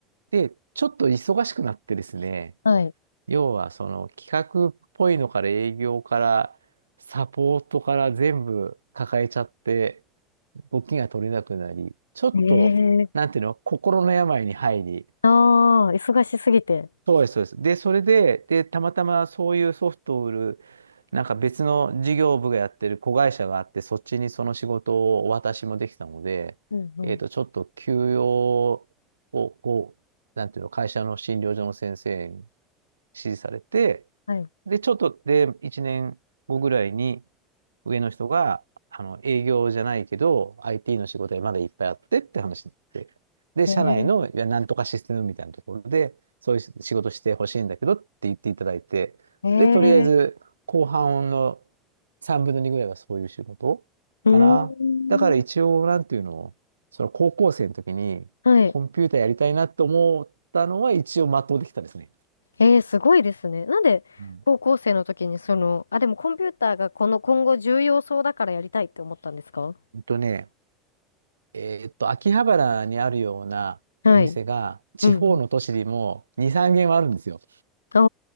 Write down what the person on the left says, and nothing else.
はい。
ええ
ああー、忙しすぎて。
うんうん。
はい。
ええ
ええ
うーん。
はい。
ええすごいですね。なんで、
高校生の時にその、あ、でもコンピューターがこの今後重要そうだからやりたいって思ったんですか
はい。
うん
うん。